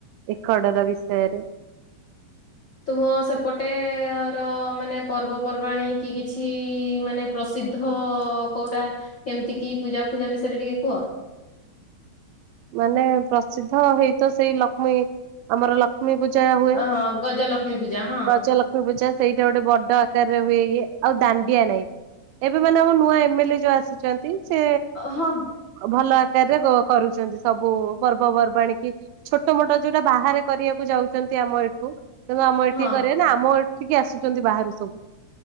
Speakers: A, on the right; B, on the left.
A: ଏକଡର ବିଷୟରେ
B: ତୁମ ସେପଟେ ର ମାନେ ପର୍ବପର୍ବାଣୀ କି କିଛି ମାନେ ପ୍ରସିଦ୍ଧ ପ୍ରସିଦ୍ଧ କୋଉଟା କେମତି କି ପୂଜା ଫୂଜା ବିଷୟରେ ଟିକେ କୁହ
A: ମାନେ ପ୍ରସିଦ୍ଧ ହେଇତ ସେଇ ଲକ୍ଷ୍ମୀ ଆମର ଲକ୍ଷ୍ମୀ ଲକ୍ଷ୍ମୀ ପୂଜା ହୁଏ
B: ଅହଁ ଗଜଲକ୍ଷ୍ମୀ ପୂଜା ହଁ।
A: ଗଜ ଲକ୍ଷ୍ମୀ ପୂଜା ସେଇଟା ଗୋଟେ ବଡ ଆକାରରେ ହୁଏଇଏ ଆଉ ଦାଣ୍ଡିଆ ନାଇଟ ଏବେ ମାନେ ଆମ ନୂଆ ଏମ ଏ ଲେ ଯୋଉ ଆସିଛନ୍ତି, ସେ
B: ହଁ।
A: ଭଲ ରେ କରୁଛନ୍ତି। ସବୁ ପର୍ବପର୍ବାଣୀ କି ଛୋଟ ମୋଟ ଯୋଉଟା ବାହାରେ କରିବାକୁ ଯାଉଛନ୍ତି, ଆମ ଏଠୁ କିନ୍ତୁ ଆମ ଏଠିକି
B: ହଁ
A: କରିବା ନା ଆମ ଏଠିକି ଆସୁଛନ୍ତି, ବାହାରୁ ସବୁ।